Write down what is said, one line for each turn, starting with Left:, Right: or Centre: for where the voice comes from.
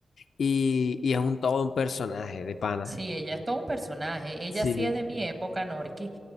Left: y, y es un todo un personaje de pana.
Right: Sí, ella es todo un personaje. Ella
Left: Sí.
Right: sí es de mi época, Norki.